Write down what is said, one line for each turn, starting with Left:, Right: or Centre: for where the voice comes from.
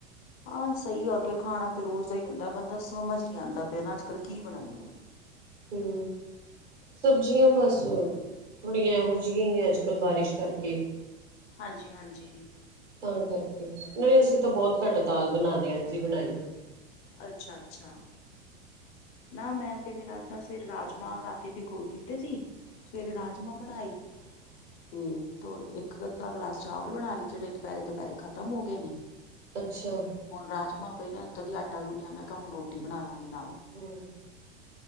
Left: ਆਹ ਸਹੀ ਔਰ ਕਿ ਖਾਣਾ ਤਾਂ ਰੋਜ਼ ਦਾ ਹੀ ਹੁੰਦਾ ਬੰਦਾ ਸਮਝ ਨਹੀ ਆਉਂਦਾ ਪਿਆ ਨਾ ਅੱਜ-ਕੱਲ ਕੀ ਬਣਾਈਏ।
Right: ਹੂੰ। ਸਬਜ਼ੀਆਂ ਬਸ ਥੋੜੀਆਂ ਇਹੋ ਜਿਹੀਆਂ ਈ ਨੇ ਅੱਜ-ਕੱਲ੍ਹ ਬਾਰਿਸ਼ ਕਰਕੇ।
Left: ਹਾਂਜੀ-ਹਾਂਜੀ।
Right: ਤਾਂ ਕਰਕੇ ਨਈ ਅਸੀਂ ਤਾਂ ਬਹੁਤ ਘੱਟ ਦਾਲ ਬਣਾਨੇ ਆ, ਅੱਜ ਈ ਬਣਾਈ ਆ।
Left: ਅੱਛਾ-ਅੱਛਾ ਨਾ ਮੈਂ ਤੇ ਫੇਰ ਅੱਜ ਸਵੇਰ ਰਾਜਮਾਂ ਰਾਤੀ ਵੀਗੋ ਦਿੱਤੇ ਸੀ। ਸਵੇਰੇ ਰਾਜਮਾਂ ਬਣਾਏ। ਹੂੰ। ਥੋੜੇ ਇੱਕ ਅੱਧਾ ਗਲਾਸ ਚਾਵਲ ਬਣਾ ਰਹੀ ਜਿਹੜ ਦੁਪਹਿਰੇ ਦੁਪਹਿਰੇ ਖਤਮ ਹੋ ਗਏ ਨੇ।
Right: ਅੱਛਾ
Left: ਹੁਣ ਰਾਜਮਾਂ ਪਏ ਨੇ <unintelligible> ਦੀ ਆਟਾ ਗੁੰਨਿਆ ਮੈਂ ਕਿਹਾ ਹੁਣ ਰੋਟੀ ਬਣਾ ਲਾਂਗੀ ਨਾਲ।
Right: ਹੂੰ।